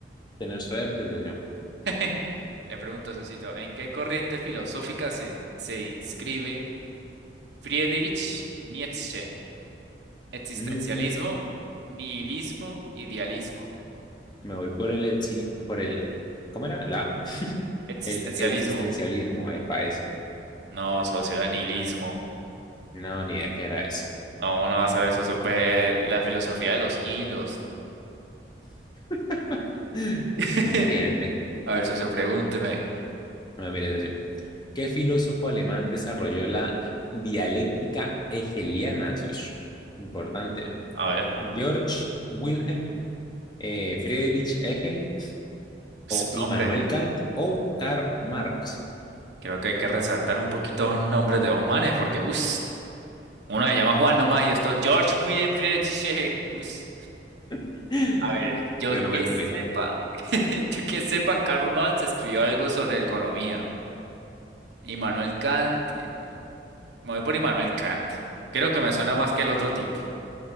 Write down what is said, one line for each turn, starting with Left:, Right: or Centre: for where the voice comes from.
Left: tener suerte, socio.
Right: <laughs> Le pregunto, Sosito, ¿en qué corriente filosófica se, se inscribe? Friedrich Nietzsche. Existencialismo,
Left: No,
Right: nihilismo, idealismo.
Left: me voy por el, exi- por el, ¿cómo era? La,
Right: Existencialismo.
Left: el existencialismo, epa, ese.
Right: No, socio, era nihilismo.
Left: No, ni idea qué era eso.
Right: No, no vas a ver, socio, pues la filosofía de los hilos.
Left: <laughs>
Right: <laughs>
Left: Muy inteligente.
Right: A ver, socio, pregúnteme.
Left: Bueno, mire, socio, ¿Qué filósofo alemán desarrolló la dialéctica hegeliana, socio? Importante.
Right: A ver,
Left: ¿George Wilhelm eh, Friedrich Hegel
Right: pues,
Left: o Immanuel
Right: hombre,
Left: Kant o Karl Marx?
Right: creo que hay que resaltar un poquito los nombres de los manes, porque uff, uno se llama Juan nomás y esto es George William Friedrich. Uss.
Left: <laughs> Es
Right: A ver, yo
Left: Que no
Right: que
Left: me es complicado.
Right: sepa, <laughs> yo que sepa, Karl Marx escribió algo sobre economía. Immanuel Kant, eh, me voy por Immanuel Kant. Creo que me suena más que el otro tipo.